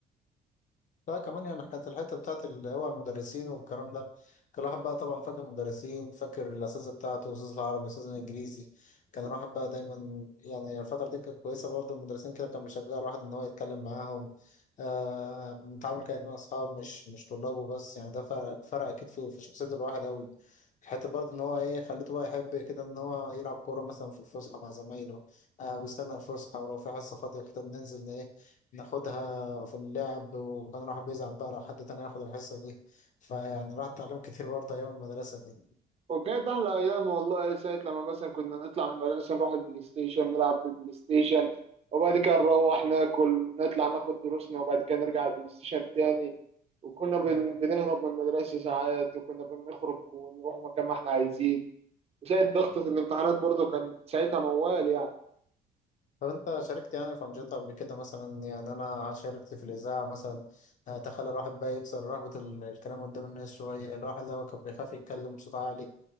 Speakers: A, on the left; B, on the right.
A: لا كمان يعني كانت الحتة بتاعت اللي هو المدرسين والكلام ده كان الواحد بقى طبعا فاكر المدرسين فاكر الأساتذة بتاعته الأستاذ العربي الأستاذ الإنجليزي كان الواحد بقى دايما يعني الفترة دي كانت كويسة برضه المدرسين كده كان بيشجع الواحد إن هو يتكلم معاهم آه متعامل كأنه أصحاب مش مش طلاب وبس يعني ده فرق, فرق أكيد في, في شخصية الواحد أوي حتى برضه إن هو إيه خليته بقى يحب كده إن هو يلعب كورة مثلا في الفسحة مع زمايله آه بيستنى الفسحة ولو في حصة فاضية كده بننزل إن إيه ناخدها في اللعب وكان الواحد بيزعل بقى لو حد تاني ياخد الحصة دي فيعني الواحد اتعلم كتير برضه أيام المدرسة دي
B: وكانت احلى ايام والله ساعه لما مثلا كنا نطلع من المدرسه نروح البلاي ستيشن نلعب في البلاي ستيشن وبعد كده نروح ناكل نطلع ناخد دروسنا وبعد كده نرجع البلاي ستيشن تاني وكنا بن-
A: مم.
B: بنهرب من المدرسه ساعات وكنا بنخرج ونروح مكان ما احنا عايزين زائد ضغطة الامتحانات برضو كان ساعتها موال يعني
A: طب أنت شاركت يعني في أنشطة قبل كده مثلا يعني أنا شاركت في الإذاعة مثلا آه، تخلى الواحد بقى يكسر رهبة ال- الكلام قدام الناس شوية الواحد لو كان بيخاف يتكلم بصوت عالي